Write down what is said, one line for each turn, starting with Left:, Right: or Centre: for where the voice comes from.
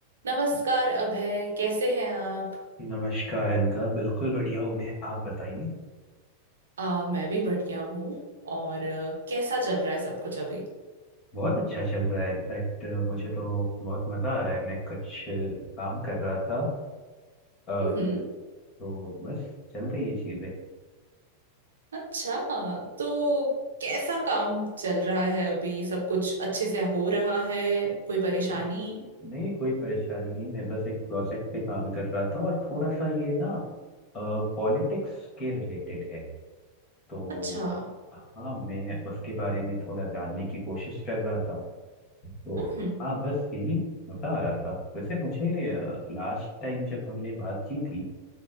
Right: नमस्कार अभय कैसे हैं आप
Left: नमस्कार अनका बिल्कुल बढ़िया हूँ मैं आप बताइए
Right: आ, मैं भी बढ़िया हूँ और अ, कैसा चल रहा है सब कुछ अभी
Left: बहुत अच्छा चल रहा है इनफैक्ट मुझे तो बहुत मज़ा आ रहा है मैं कुछ अ, काम कर रहा था अ,
Right: हम्म
Left: तो बस चल रही है चीज़ें
Right: अच्छा तो कैसा काम चल रहा है अभी सब कुछ अच्छे से हो रहा है कोई परेशानी
Left: हाँ नहीं कोई परेशानी नहीं मैं बस एक प्रोजेक्ट पे काम कर रहा था और थोड़ा सा ये ना पॉलिटिक्स के रिलेटेड है तो
Right: अच्छा
Left: हाँ मैं उसके बारे में थोड़ा जानने की कोशिश कर रहा था तो
Right: हम्म
Left: हाँ बस यही मज़ा आ रहा था वैसे मुझे लास्ट टाइम जब हमने बात की थी